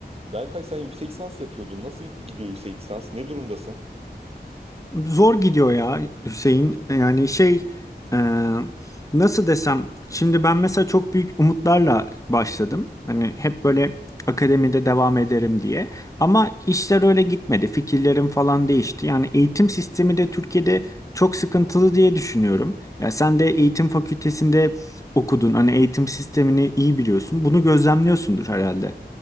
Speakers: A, on the right (about 35°); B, on the left (about 20°).
A: Berkay sen yüksek lisans yapıyordun. Nasıl gidiyor yüksek lisans? Ne durumdasın?
B: Zor gidiyor ya Hüseyin. Yani şey e, nasıl desem şimdi ben mesela çok büyük umutlarla başladım. Hani hep böyle akademide devam ederim diye. Ama işler öyle gitmedi. Fikirlerim falan değişti. Yani eğitim sistemi de Türkiye'de çok sıkıntılı diye düşünüyorum. Ya sen de eğitim fakültesinde okudun. Hani eğitim sistemini iyi biliyorsun. Bunu gözlemliyorsundur herhalde.